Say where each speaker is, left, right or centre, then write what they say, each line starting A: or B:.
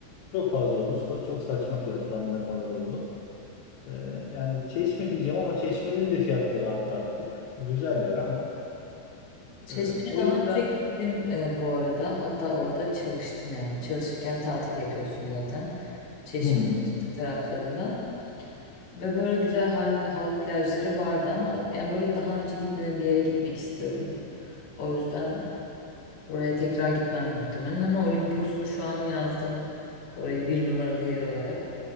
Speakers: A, on the left; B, on the left.
A: çok fazla olur. so- Çok saçma fiyatlandırmalar oldu. Ee, yani Çeşme diyeceğim ama Çeşme'nin de fiyatları arttı artık. Güzel yer ama.
B: Çeşme'ye
A: Ee, o
B: daha
A: yüzden
B: önce gittim e, bu arada. Hatta orada çalıştım yani. Çalışırken tatil yapıyorsun zaten. Çeşme,
A: hmm.
B: Alaçatı taraflarında. Ve böyle güzel halk, halk plajları vardı ama o- yani böyle daha önce gitmediğim bir yere gitmek istiyorum. O yüzden oraya tekrar gitmem muhtemelen ama Olimpos'u şu an yazdım. Orayı bir numaralı yer olarak.